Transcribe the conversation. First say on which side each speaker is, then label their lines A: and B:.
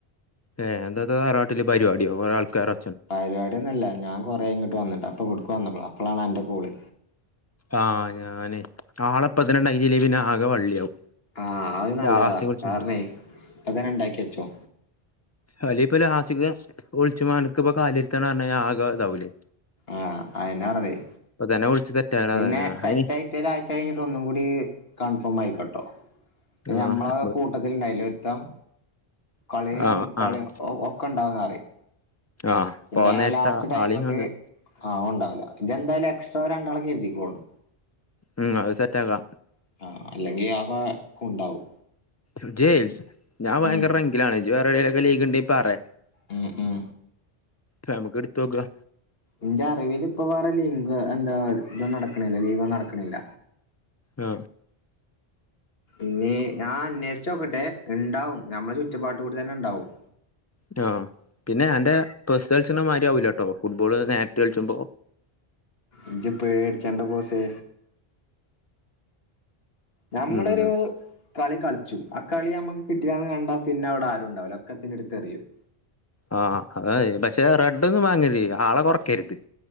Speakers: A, on the left (about 25°); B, on the left (about 70°).
A: ഏഹ് ഇന്നന്താ തറവാട്ടില് പരിപാടിയോ കുറെ ആൾക്കാരൊ
B: പരിപാടിയൊന്നും അല്ല. ഞാൻ കൊറെ ആയി ഇങ്ങട്ട് വന്നിട്ട്. അപ്പൊ ഇവിടുക്ക് വന്നുക്കുണു. അപ്പളാണ് അന്റെ കോളെ
A: ആഹ് ഞാനേ ആളെ ഇപ്പതന്നെ ഇണ്ടാക്കീട്ടില്ലെങ്കിൽ പിന്നെ ആകെ വള്ളിയാവും
B: ആഹ് അത് നല്ലതാ
A: ലാസ്റ്റ് വിളിച്ചാലേ
B: കാരണെ ഇപ്പത്തന്നെ ഇണ്ടാക്കി വച്ചോ
A: അല്ലെ ഇപ്പ ലാസിക് വിൾച്ചുമ്പൻക്ക് ഇപ്പൊ കാലര്ത്താന്ന് പറഞ്ഞ യിഞാ ആകെ ഇതാവൂലേ
B: ആഹ് അയന്നാ പറഞ്ഞത്
A: ഇപ്പൊ തന്നെ വിളിച്ച് സെറ്റാക്കണ
B: പിന്നെ
A: അതാണ്
B: സെറ്റ്
A: അയിന്
B: ആയിട്ട് ഒരാഴ്ച കഴിഞ്ഞിട്ട് ഒന്നും കൂടി കൺഫോം ആയിക്കോട്ടോ
A: ആഹ്
B: ഞമ്മളെ കൂട്ടത്തിലുണ്ടായില്ലെ ഒരുത്തം കളിയും
A: ആഹ്
B: കളി
A: ആഹ്
B: ഒക്കെ ഇണ്ടാവുംന്നറി
A: ആഹ്
B: പിന്നെ
A: പോവാൻ നേരത്താ
B: ലാസ്റ്റ് ടൈമ്ക്ക്
A: ആളീം കാണൂല
B: ആ ഓൻണ്ടാവൂല ഇജ്ജെന്തായാലും എക്സ്ട്രാ ഒര് രണ്ടാളെ കരുതിക്കോണ്ടു
A: ഉം അത് സെറ്റ് ആക്കാ
B: ആ അല്ലെങ്കി <unintelligible> കുണ്ടാവും
A: ഇജ്ജെ ഞാൻ ഭയങ്കര
B: ഉം
A: റെങ്കിലാണ്. ഇജ്ജ് വേറെ <unintelligible> ലീഗിണ്ടേ പറേ
B: ഉം ഉം
A: നമുക്ക് ഇട്ത്തോക്കാ
B: ഇന്റെ അറിവിൽ ഇപ്പ വേറെ ലീഗ് എന്താ ഇത് നടക്ണില്ല ലീഗൊന്നും നടക്ണില്ല
A: ആ
B: ഇഞ് ഞാൻ അന്വേഷിച്ച് നോക്കട്ടെ ഇണ്ടാവും ഞമ്മെ ചുറ്റുപാട്ട് കൂടി തന്നെ ഇണ്ടാവും
A: ട്ടൊ. പിന്നെ അന്റെ <unintelligible> മാതിരി ആവൂലട്ടോ ഫുട്ബോള് നേരിട്ട് കളിച്ച്മ്പോ
B: ഇജ്ജ് പേടിച്ചെണ്ട ബോസെ നമ്മളൊരു
A: ഉം
B: കളി കൾ ച്ചും. ആ കളി നമ്മക്ക് കിട്ടിയില്ലാന്ന് കണ്ടാ പിന്നെ അവിടെ ആരും ഇണ്ടാവൂല ഒക്കെത്തിനെ ഇട്ത്ത് എറിയും
A: ആ അതാ. <unintelligible> പക്ഷെ റെഡ് ഒന്നും വാങ്ങല്ലി ആളെ കൊറക്കര്ത്